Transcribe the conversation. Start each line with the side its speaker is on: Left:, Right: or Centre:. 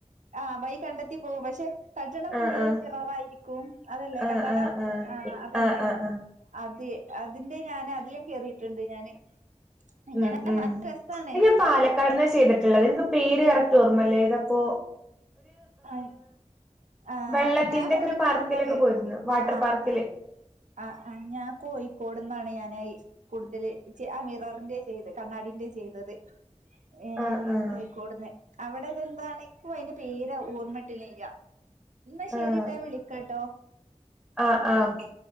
Right: ആ വൈ കണ്ടെത്തി പോവും പക്ഷെ തട്ടണം
Centre: ആഹ്
Right: ഫുള്ള്
Centre: ആഹ്
Right: മിററായിരി ക്കും അതല്ലേ
Centre: ആഹ്
Right: കണ്ണട
Centre: ആഹ് ആഹ്
Right: ആ അതന്നെ
Centre: ആഹ് ആഹ് ആഹ്
Right: അത് യെ അതിന്റെ ഞാന് അതിലും കേറീട്ട്ണ്ട് ഞാന് ഇങ്ങനെ
Centre: ഉം ഉം
Right: നല്ല രസാണ്
Centre: ഇനി പാലക്കാട്ന്നാ
Right: അതൊക്കെ
Centre: ചെയ്തിട്ട്ള്ളത് ഇൻക്ക് പേര് കറക്റ്റ് ഓർമ്മല്ല ഏതാപ്പോ
Right: അഹ് ആഹ്
Centre: വെള്ളത്തിന്റെക്കെ
Right: ഞാ കോഴിക്കോട്ന്ന
Centre: ഒരു പാർക്കിലൊക്കെ
Right: കേ
Centre: പോയിരുന്നു വാട്ടർ
Right: ആഹ്
Centre: പാർക്കില്
Right: അഹ് അഹ് ഞാ കോഴിക്കോട്ന്നാണ് ഞാനായി കൂട്തല് ചെ അഹ് മിറർന്റെ ചെയ്ത് കണ്ണാടിന്റെ ചെയ്തത് ഏ
Centre: ആഹ് ആഹ്
Right: കോഴിക്കോട്ന്ന് അവിടെതെന്താണെയ്ക്കും അയ്ന്റെ പേരാവു ഓർമ്മട്ടിണില്ല. എന്നാ ശരി
Centre: ആഹ്
Right: ട്ടോ ഞാൻ വിളിക്കട്ടോ.
Centre: ആഹ് ആഹ് ഓക്കെ.